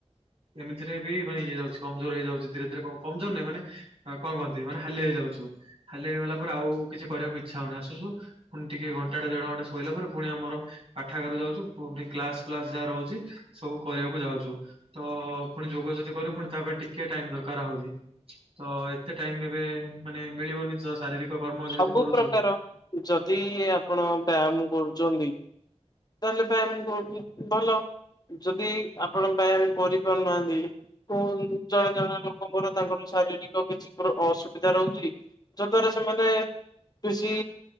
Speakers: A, on the right; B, on the left.
A: ଏମତିରେ ବି ମାନେ ଇଏ ଯାଉଛି କମଜୋର ହେଇଯାଉଛି ଧୀରେ ଧୀରେ କମଜୋର ନାହିଁ ମାନେ କଣ କହନ୍ତି ମାନେ ଖାଲି ହେଇଯାଉଛୁ ହାଲି ହେଇଗଲା ପରେ ଆଉ କିଛି କରିବାକୁ ଇଚଛା ହଉନି ଆସୁଛୁ ପୁଣି ଟିକେ ଘଣ୍ଟା ଟେ ଦେଢ ଘଣ୍ଟା ହେଲା ପରେ ପୁଣି ଆମର ପାଠାଗାର ଯାଉଛୁ ପୁଣି କ୍ଲାସ୍ ଫ୍ଲାସ ଯାହା ରହୁଛି ସବୁ କହିବାକୁ ଯାଉଚୁ। ତ ପୁଣି ଯୋଗ ଯଦି କରୁ ପୁଣି ତା ପାଇଁ ଟିକେ ଟାଇମ୍ ଦରକାର ହଉଚି। ତ ଏତେ ଟାଇମ୍ ଏ ମାନେ ମିଳିବନି ତ ଶାରୀରିକ କର୍ମ ଯେହେତୁ
B: ସବୁ
A: କରୁଛୁ
B: ପ୍ରକାର ଯଦି ଆପଣ ବ୍ୟାୟାମ କରୁଚନ୍ତି ତାହାଲେ ବ୍ୟାୟମ କରୁଥିବେ ଭଲ। ଯଦି ଆପଣ ବ୍ୟାୟମ କରିପାରୁନାହାନ୍ତି କୋନ ଜଣେ ଜଣେ ଲୋକଙ୍କର ତାଙ୍କର ଶାରୀରିକ କିଛି ଧର ଅସୁବିଧା ରହୁଚି ଯଦ୍ଵାରା ସେମାନେ ବେଶୀ